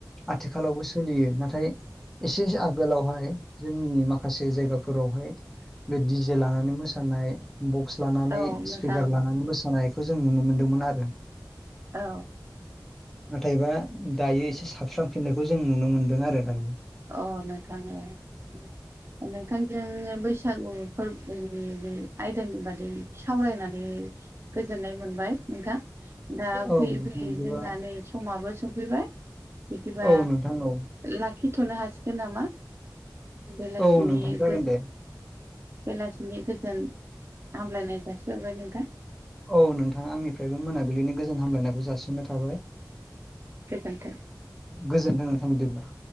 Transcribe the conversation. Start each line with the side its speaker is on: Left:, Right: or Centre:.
Centre: आथिखालावबो सोलियो नाथाय एसे आगोलावहाय जोंनि माखासे माखासे जायगाफोरावहाय बे दिडि जे लानानै मोसानाय बक्स लानानै
Right: औ नोंथां
Centre: स्पिकार लानानै मोसानायखौ जों नुनो मोनदोंमोन आरो।
Right: औ
Centre: नाथायबा दायो एसे साबस्रांफिननायखौ जों नुनो मोनदों आरो दायो।
Right: अ नोंथां ओ नोंथां जोङो बैसागु फोरबोनि आयदानि बादै सावरायनानै गोजोननाय मोनबाय नोंथां दा
Centre: औ
Right: फैयै
Centre: नोंथां
Right: फैयै
Centre: बिदिबा
Right: जोंना नै समाबो सफैबाय बिदिबा
Centre: औ नोंथां औ
Right: लाखिथ'नो हासिगोन नामा? बेलासिनि
Centre: औ नोंथां जागोन
Right: गो
Centre: दे
Right: बेलासिनि गोजोन हामलायनाय जासिहरबाय नोंथां।
Centre: औ नोंथाङा आंनिफ्रायबो मोनाबिलिनि गोजोन हामलायनायखौ जासिननाय थाबाय।
Right: गोजोन्थों
Centre: गोजोन्थों नोथां बिदिब्ला।